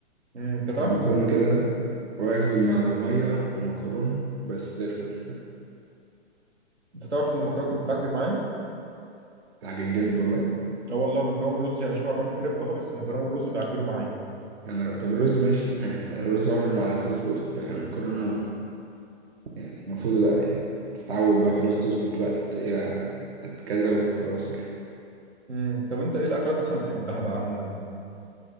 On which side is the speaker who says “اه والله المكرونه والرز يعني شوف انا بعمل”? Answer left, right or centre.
Right